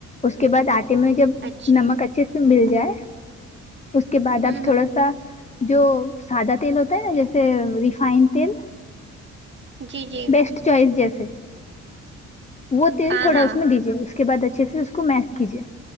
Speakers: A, on the left; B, on the right.
A: اس کے بعد آٹے جب
B: اچھا
A: نمک اچھے سے مل جائے اس کے
B: ہوں
A: بعد آپ تھوڑا
B: ہوں
A: سا جو سادہ تیل ہوتا ہے نا جیسے ریفائنڈ تیل
B: جی جی
A: بیسٹ چوائس جیسے وہ تیل
B: ہاں
A: تھوڑا
B: ہاں
A: اس میں دیجیے اس کے بعد اچھے سے اس کو میس کیجیے